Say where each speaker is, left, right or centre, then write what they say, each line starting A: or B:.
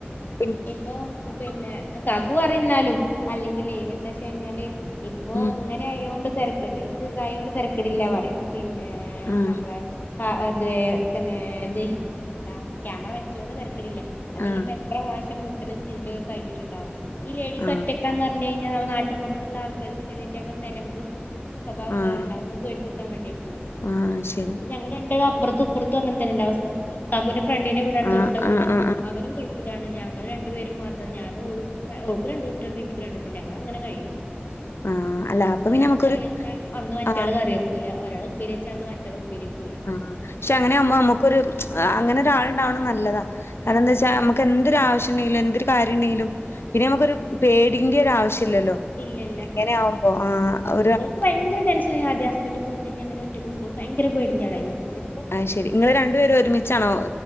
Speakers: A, on the left; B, on the left.
A: പിന്
B: ഇപ്പൊ പിന്നെ കാക്കു പറീന്നാലും അല്ലെങ്കിലെ എന്താച്ച് ഞ്ഞാല് ഇപ്പോ
A: ഉം
B: ഇന്നെ ങ്ങനെയോണ്ട് തെരക്ക് ഇത് ദായോണ്ട് തെരക്കെടില്ലാപറീം പിന്നെ
A: ആഹ്
B: നമ്മളെ. അ, അതേ പിന്നേ ത്, എന്താ, ക്യാമറ വെച്ചോണ്ട് തെരക്കെടില്ല അല്ലെങ്കിപ്പ
A: ആഹ്
B: എത്ര പ്രാവശ്യ മുട്ടലും ചതിലൊക്കെ <unintelligible> കഴിഞ്ഞിട്ടുണ്ടാവും ഈ ലേഡീസ്
A: ആഹ്
B: ഒറ്റ ന്ന് പറഞഴിഞ്ഞാ നാട്ടിപുറത്തുള്ള ആൾക്കാര്ക്ക് ചെലീറ്റക്ക് ഒരു നരമ്പ് സ്വഭാവള്ളവരുണ്ടാവും.
A: ആഹ്
B: പേടിപ്പിക്കാൻ വെണ്ടീട്ട്ള്ളത്.
A: ആഹ് ശരി.
B: ഇപ്പ ഞങ്ങൾ രണ്ട് അപ്പുറത്തുംപ്പറത്തും അങ്ങന തന്നെല്ലേ അവസ്ഥകാക്കൂന്റെ ഫ്രണ്ടിന്റെ വിടാണ്
A: ആഹ്
B: തൊട്ട വീട്
A: ആഹ് ആഹ് ആഹ്
B: അവനും ഗൾഫ് ലാണ് ഞങ്ങൾ രണ്ടുപേരും മാത്രം. ഞാനുംഓളും. ഓൾക് രണ്ട് കുട്ടിയാള്ണ്ട് ഇനിക്ക് രണ്ടു കുട്ടിണ്ട് ഞങ്ങളങ്ങനെ കഴിയും. കഴിയും
A: <inaudible> അല്ല അപ്പൊ
B: ഒരാൾ
A: പിന്നെ നമുക്കൊരു
B: കറി വെച്ചാ അന്ന് മറ്റയാൾ
A: ആഹ്
B: കറി വെക്കൂല. ഒരാൾ ഉപ്പേരി വെച്ചാ അന്ന് മറ്റയാൾ ഉപ്പേരി വ
A: ആ. പക്ഷേ അങ്ങനെ ആകുമോ നമുക്കൊരു അങ്ങനെ ഒരാളുണ്ടാവണം നല്ലതാ. കാരണം
B: ആഹ്
A: എന്താ വെച്ചാക്ക് നമ്മക്ക് നമുക്ക് എന്തൊരു ആവശ്യ ഉണ്ടെങ്കിലും എന്തൊരു കാര്യംണ്ടങ്കിലും പിന്നെ നമുക്ക ഒരു പേടിന്റെ ഒരു ആവശ്യമി ല്ലല്ലോ.
B: ഇല്ല, ഇല്ല.
A: അങ്ങനെയാകുമ്പോ ആ, ഓ
B: ഓൾക്ക് ഭയങ്കര ടെൻഷൻ കാര്യാ ഹസ്ബന്റ് പോയികയി ഞ്ഞ എങ്ങനെ ഒറ്റക്ക് നിക്കും. ഓൾ ഭയങ്കര പെടി ന്റെയ് ആളായിരുന്നു. പക്ഷേ
A: അത് ശരി. നിങ്ങൾ രണ്ടു പേരും ഒരുമിച്ചാണോ